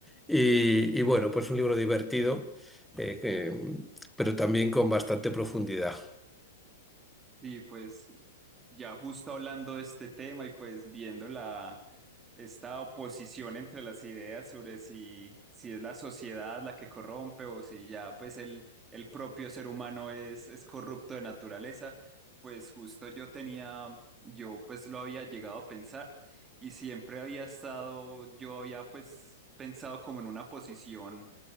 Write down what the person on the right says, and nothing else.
Y pues ya justo hablando de este tema y pues viendo la esta oposición entre las ideas sobre si, si es la sociedad la que corrompe o si ya pues el, el propio ser humano es, es corrupto de naturaleza, pues justo yo tenía, yo pues lo había llegado a pensar y siempre había estado, yo había pues pensado como en una posición,